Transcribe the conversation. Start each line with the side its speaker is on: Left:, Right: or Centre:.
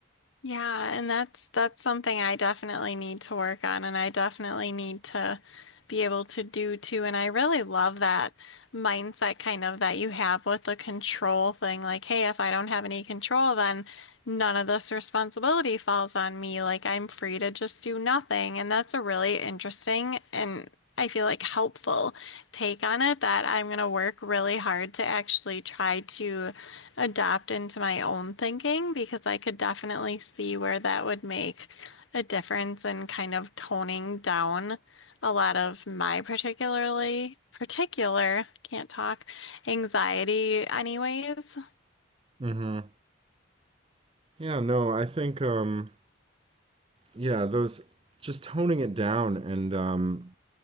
Left: Yeah, and that's that's something I definitely need to work on and I definitely need to be able to do too. And I really love that mindset kind of that you have with the control thing. Like, hey, if I don't have any control, then none of this responsibility falls on me. Like I'm free to just do nothing. And that's a really interesting and I feel like helpful take on it that I'm gonna work really hard to actually try to adapt into my own thinking because I could definitely see where that would make a difference in kind of toning down a lot of my particularly particular, can't talk, anxiety anyways.
Right: hmm Yeah, no, I think um yeah, those just toning it down and um